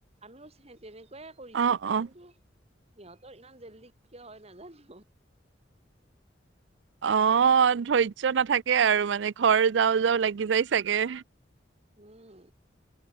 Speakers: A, on the right; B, on the right.
A: আমিও তেনেকুৱাই কৰিছো
B: অ অ
A: কিন্তু সিহঁতৰ ইমান জল্দি কিয় হয় নাজানো।
B: অ', ধৈৰ্য নাথাকে আৰু মানে ঘৰ যাও যাওঁ লাগি যায় চাগে।
A: উম